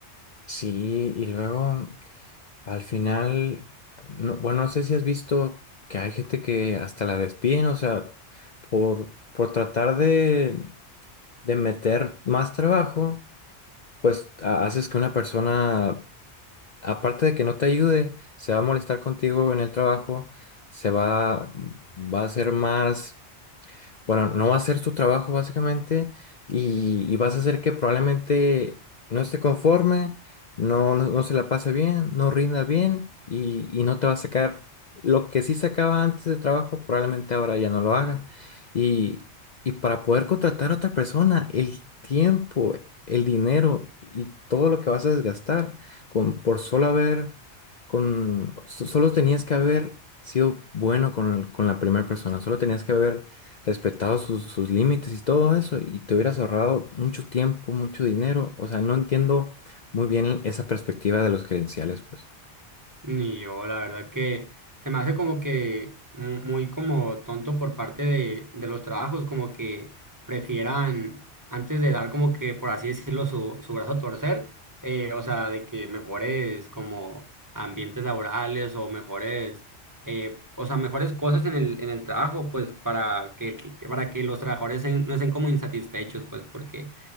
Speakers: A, on the left; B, on the right.
A: Sí, y luego... Al final, no- bueno, no sé si has visto que hay gente que hasta la despiden, o sea, por, por tratar de, de meter más trabajo, pues ha- haces que una persona, aparte de que no te ayude, se va a molestar contigo en el trabajo, se va, va a ser más bueno, no va a hacer su trabajo básicamente y, y vas a hacer que probablemente no esté conforme, no, no, no se la pase bien, no rinda bien y, y no te va a sacar lo que sí sacaba antes de trabajo, probablemente ahora ya no lo haga. Y, y para poder contratar a otra persona, el tiempo, el dinero y todo lo que vas a desgastar con, por solo haber, con, so- solo tenías que haber sido bueno con, el- con la primera persona, solo tenías que haber respetado sus, sus límites y todo eso, y te hubieras ahorrado mucho tiempo, mucho dinero. O sea, no entiendo muy bien esa perspectiva de los credenciales, pues.
B: Ni yo, la verdad que se me hace como que mu- muy como tonto por parte de, de los trabajos, como que prefieran antes de dar como que, por así decirlo, su, su brazo a torcer, eh, o sea, de que mejores como ambientes laborales o mejores, eh, o sea, mejores cosas en el, en el trabajo, pues para que, que- para que los trabajadores en- no estén como insatisfechos, pues porque